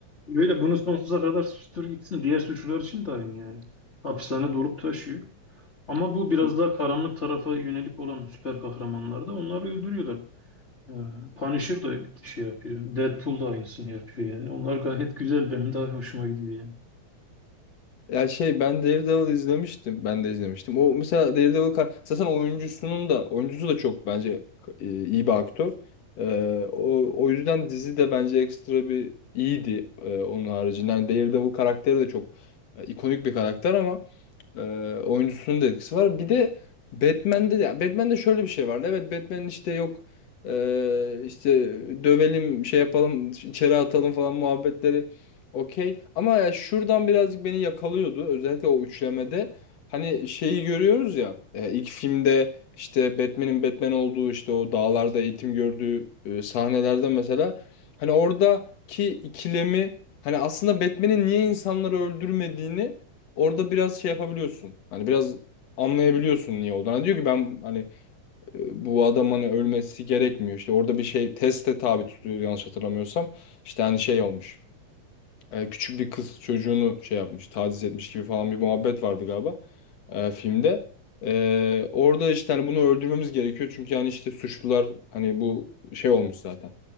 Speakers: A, on the left; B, on the left.
A: böyle bunu sonsuza kadar süstür gitsin. Diğer suçlular için de aynı yani. Hapishane dolup taşıyor. Ama bu biraz
B: Evet.
A: daha karanlık tarafa yönelik olan süper kahramanlar da onları öldürüyorlar. Ee, Punisher da şey yapıyor. Deadpool da aynısını yapıyor yani. Onlar gayet güzel. Benim daha hoşuma gidiyor yani.
B: Ya şey ben Daredevil izlemiştim. Ben de izlemiştim. O mesela Daredevil kar- zaten oyuncusunun da oyuncusu da çok bence e, iyi bir aktör. Ee, o, o yüzden dizi de bence ekstra bir iyiydi e, onun haricinde. Yani Daredevil karakteri de çok e, ikonik bir karakter ama ee, oyuncusunun da etkisi var. Bir de Batman'de de Batman'de şöyle bir şey vardı. Evet Batman'in işte yok e, işte dövelim şey yapalım içeri atalım falan muhabbetleri okey. Ama ya şuradan birazcık beni yakalıyordu. Özellikle o üçlemede. Hani şeyi görüyoruz ya e, ilk filmde işte Batman'in Batman olduğu işte o dağlarda eğitim gördüğü e, sahnelerde mesela hani oradaki ikilemi hani aslında Batman'in niye insanları öldürmediğini Orada biraz şey yapabiliyorsun. Hani biraz anlayabiliyorsun niye olduğunu. Hani diyor ki ben hani e, bu adamın hani ölmesi gerekmiyor. İşte orada bir şey teste tabi tutuyor yanlış hatırlamıyorsam. İşte hani şey olmuş e, küçük bir kız çocuğunu şey yapmış, taciz etmiş gibi falan bir muhabbet vardı galiba e, filmde. E, orada işte hani bunu öldürmemiz gerekiyor çünkü hani işte suçlular hani bu şey olmuş zaten.